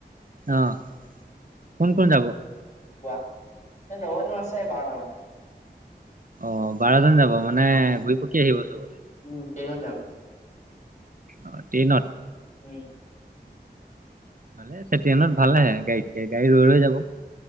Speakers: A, on the right; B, on the left.
A: অহ' কোন কোন যাব?
B: কোৱা এই লগৰকেইটামান আছে বাৰটামান।
A: অ' বাৰজন যাব মানে ঘূৰি পকি আহিব চবতে।
B: উম, ট্ৰেইনত যাম।
A: অ' ট্ৰেইনত।
B: উম।
A: ভাল আছে, ট্ৰেইনত ভালেহে গাড়ীতকে গাড়ী ৰৈ ৰৈ যাব।